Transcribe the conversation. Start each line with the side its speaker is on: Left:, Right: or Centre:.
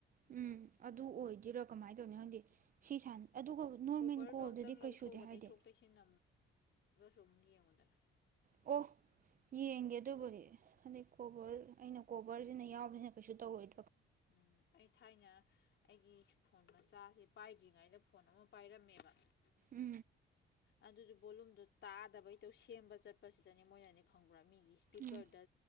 Right: ꯎꯝ ꯑꯗꯨ ꯑꯣꯏꯗꯣꯏꯔꯥ ꯀꯃꯥꯏ ꯇꯧꯔꯤꯅꯣ ꯈꯪꯗꯦ ꯁꯤ ꯑꯗꯨꯒ ꯅꯣꯔꯃꯦꯜ
Left: ꯀꯟꯦꯔꯗꯨ
Right: ꯀꯣꯜꯗꯨꯗꯤ
Left: ꯑꯃꯌ꯭ꯥ ꯂꯧꯊꯣꯀꯥꯒꯥ
Right: ꯀꯩꯁꯨꯗꯤ ꯍꯥꯏꯗꯦ
Left: ꯇꯩꯊꯣꯛ ꯇꯩꯁꯤꯟ ꯗꯨꯝ ꯌꯦꯡꯎꯗꯅꯥ
Right: ꯐ ꯌꯦꯪꯏ ꯑꯦꯗꯨꯕꯨꯗꯤ <unintelligible> ꯀꯣꯕꯦꯔ ꯀꯣꯕꯦꯔꯁꯤꯟ ꯌꯥꯑꯣꯅꯤꯟ ꯀꯔꯤꯁꯨ ꯇꯧꯔꯣꯏ
Left: ꯎ ꯑꯩ ꯊꯥꯏꯟ ꯑꯩꯒꯤ ꯐꯣꯟ ꯃꯆꯥꯁꯦ ꯄꯥꯏꯗꯔ꯭ꯤꯉꯗ ꯗꯣꯟ ꯑꯃ ꯄꯥꯏꯔꯃꯦꯕ
Right: ꯎ
Left: ꯑꯗꯨꯁꯨ ꯕꯣꯂꯨꯝꯗꯨ ꯇꯥꯗꯕꯩꯇꯨ ꯁꯦꯝꯕ ꯆꯠꯄꯁꯤꯗꯅꯦ ꯃꫭꯏꯅ ꯅꫠꯡ ꯄꯨꯔꯥ ꯃꯤꯒꯤ ꯑꯦꯁꯄ꯭ꯤꯀꯥꯔꯗ
Right: ꯎꯝ